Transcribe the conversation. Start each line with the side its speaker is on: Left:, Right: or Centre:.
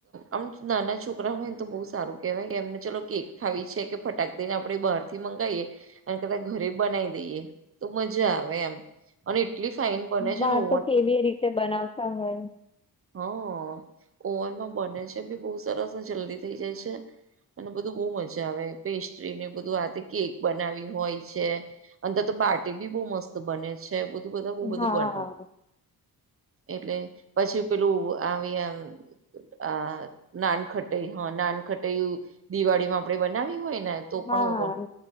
Right: આમ નાના છોકરા હોય ને તો બહુ સારું કેહેવાય કે એમને ચલો કેક ખાવી છે કે ફટાક દઈ ને આપણે બહાર થી મંગાવીએ અને કદા ઘરે બનાવી દઈએ તો મજા આવે એમ અને એટલી ફાઇન બને છે
Left: બહાર
Right: ને ઓવન
Left: તો કેવી રીતે બનાવતા હોય
Right: હા ઓવનમાં બને છે બી બહુ સરસ જલ્દી થઈ જાય છે અને બધું બહુ મજા આવે પેસ્ટ્રી ને બધું આતે કેક બનાવી હોય છે અને ત તો બાટટી બી બહુ મસ્ત બને છે બધું બધ બું બધું
Left: હા
Right: બને એટલે પછી પેલું આવી્યા આ નાનખટાઈ હા નાન ખટાઈ દિવાળી માં આપડે બનાવી હોય ને તો
Left: હા
Right: પણ
Left: હા
Right: ઓ